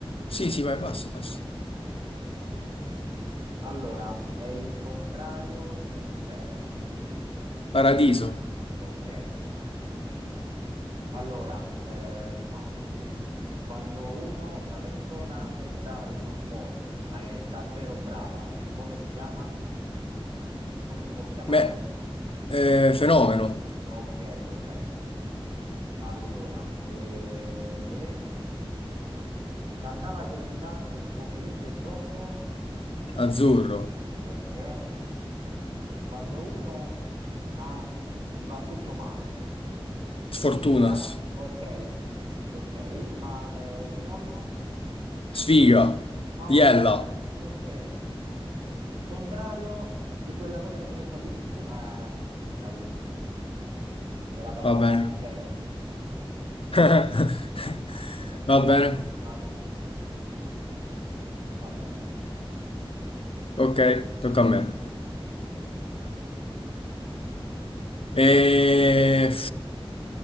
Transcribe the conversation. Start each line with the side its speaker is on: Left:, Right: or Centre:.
Left: Sì, sì, vai, basta, basta.
Right: Ok. Allora, è il contrario dell'inferno.
Left: Paradiso,
Right: Ok. Allora, eh, ma ok. Quando uno, una persona è brava in uno sport, ma è davvero brava, come si chiama? Come si può chiamare?
Left: me, eh, fenomeno,
Right: Ok, corretto. Allora, eh, cantava Celentano che il pomeriggio è troppo.
Left: azzurro,
Right: Ok. Quando uno ha, gli va tutto male, si
Left: sfortuna,
Right: dice che ha?
Left: s-
Right: Ok, us- ok, ma eh, sinonimo?
Left: sfiga,
Right: No,
Left: iella,
Right: ancora ok. Contrario di quella cosa che ti ho detto all'inizio, eh, caduto. Era, pa-
Left: va
Right: era
Left: bene.
Right: inferno.
Left: <laughs>
Right: Pensa
Left: Va
Right: tu,
Left: bene,
Right: ma a me sta andando la stessa? Va bene.
Left: ok, tocca a me. E...